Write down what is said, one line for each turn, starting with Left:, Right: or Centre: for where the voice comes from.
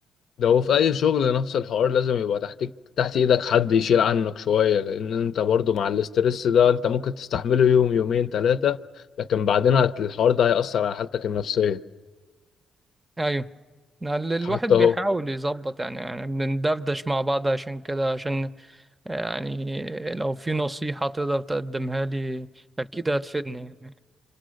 Left: ده هو في اي شغل نفس الحوار لازم يبقى تحتك تحت ايدك حد يشيل عنك شوية لان انت برضو مع الاسترس ده انت ممكن تستحمله يوم يومين ثلاثة لكن بعدين هت- الحوار ده هيأثر على حالتك النفسية
Right: أيوة يعني ال- الواحد
Left: حتى
Right: بيحاول
Left: اهو
Right: يظبط يعني يعني بندردش مع بعض عشان كده عشان يعني لو في نصيحة تقدر تقدمها لي أكيد هتفيدني يعني